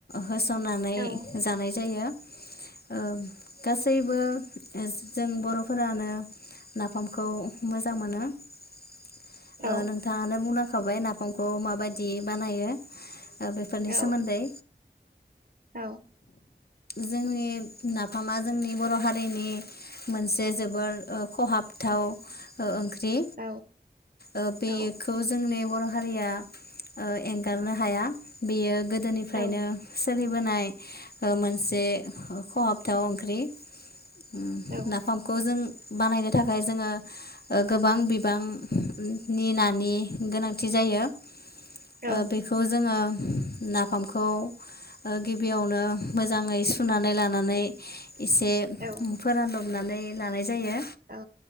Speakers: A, on the left (about 60°); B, on the right (about 55°).
A: होसननानै
B: औ
A: जानाय जायो। ओ गासैबो जों बरफोरानो नाफामखौ मोजां मोनो। ओ
B: औ
A: नोंथाङानो बुंलां खाबाय नाफामखौ माबायदि बानायो। बेफोरनि
B: औ
A: सोमोन्दै
B: औ
A: जोंनि नाफामा जोंनि बर हारिनि मोनसे जोबोर ओ खहाबथाव ओ ओं ख्रि
B: औ
A: ओ बेखौ
B: औ
A: जोंनि बर हारिया ओ एंगारनो हाया बेयो गो दोनिफ्रायनो
B: औ
A: सोलि बोनाय मोनसे खहाबथाव ओंख्रि। उम
B: औ
A: नाफामखौ जों बानायनो थाखाय जोङो ओ गोबां बिबां नि नानि गोनांथि जायो। ओ
B: औ
A: बेखौ जोङो नाफामखौ ओ गिबियावनो मोजाङै सुनानै लानानै इसे
B: औ
A: फोरानदब नानै लानाय जायो
B: औ